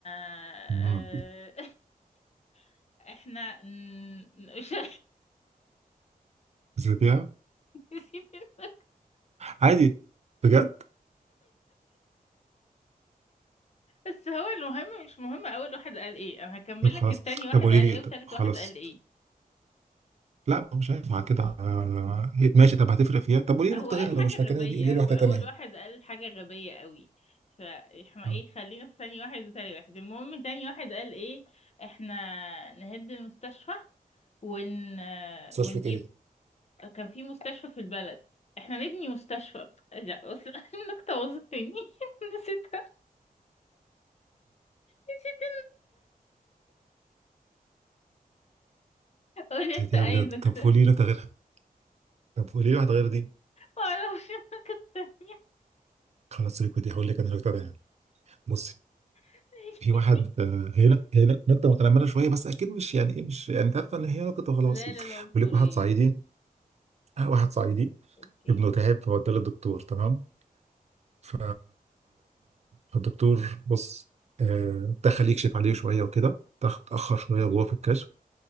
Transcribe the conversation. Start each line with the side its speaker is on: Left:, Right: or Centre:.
Left: آه
Right: نعم.
Left: <laughs> احنا ن- مش <laughs>
Right: بذاتها
Left: نسيت النكتة.
Right: عادي بجد
Left: بس هو المهم مش مهم اول واحد قال ايه انا هكمل
Right: طب خلاص
Left: لك التاني واحد
Right: طب قولي
Left: قال
Right: لي
Left: ايه وتالت
Right: طب خلاص
Left: واحد قال ايه
Right: لا ما هو مش هينفع كده آه، هي- ماشي طب هتفرق فيها طب قولي لي
Left: هو
Right: نكته
Left: قال
Right: غيرها
Left: حاجة
Right: لو مش فاكرها
Left: غبية
Right: دي قولي لي واحده
Left: هو أول
Right: تانيه
Left: واحد قال حاجة غبية قوي فاحنا
Right: آه.
Left: ايه خلينا في ثاني واحد وتاني واحد المهم تاني واحد قال ايه احنا نهد المستشفى ون... آه،
Right: صرف
Left: ونجيب
Right: ايه
Left: آه، كان في مستشفى في البلد احنا نبني مستشفى لا بص <laughs> النكتة باظت مني <laughs> نسيتها نسيت قول انت
Right: بذاتها
Left: اي
Right: بجد
Left: نكتة
Right: طب قولي
Left: <laughs>
Right: لي نكته غيرها طب قولي لي واحده غير دي
Left: معرفش النكتة التانية
Right: خلاص سيبك من دي هقول لك انا نكته تانيه بصي
Left: <laughs>
Right: في واحد آه، هنا هنا نكته متنمره شويه بس اكيد مش يعني ايه مش يعني انت عارفه ان هي نكته وخلاص
Left: لا
Right: بيقول
Left: لا العنصرية
Right: لك واحد صعيدي آه، واحد صعيدي
Left: اوكي
Right: ابنه تعب فوداه للدكتور تمام ف... فالدكتور بص آه، دخل يكشف عليه شويه وكده تاخ- اتاخر شويه جوه في الكشف